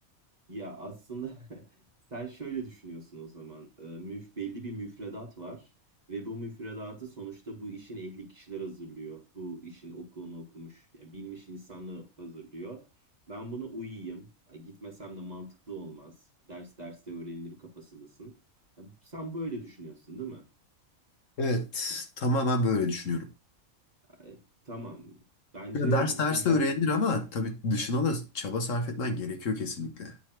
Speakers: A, on the right; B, on the left.
A: Ya aslında <laughs> sen şöyle düşünüyorsun o zaman. Ee, müf belli bir müfredat var ve bu müfredatı sonuçta bu işin ehli kişiler hazırlıyor. Bu işin okulunu okumuş, ya bilmiş insanlar hazırlıyor. Ben buna uyuyayım. Ay, Gitmesem de mantıklı olmaz. Ders derste öğrenilir kafasındasın. Ya, Sen böyle düşünüyorsun, değil mi?
B: Evet, tamamen böyle düşünüyorum.
A: E, tamam. Bence
B: Ya ders
A: düşüncen
B: derste öğrenilir ama tabii dışına da çaba sarf etmen gerekiyor kesinlikle.